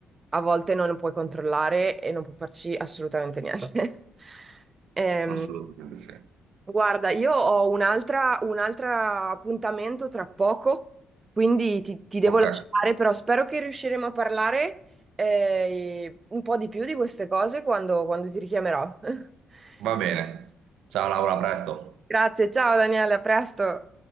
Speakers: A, on the right; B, on the right.
A: a volte non puoi controllare e non puoi farci assolutamente niente. <laughs> Ehm,
B: assolutamente sì.
A: guarda, io ho un'altra- un altro appuntamento tra poco, quindi ti, ti devo
B: Ok,
A: lasciare, però spero che riusciremo a parlare eh, un po' di più di queste cose quando quando ti richiamerò. <laughs>
B: va bene. Ciao Laura, a presto.
A: Grazie, ciao Daniele, a presto.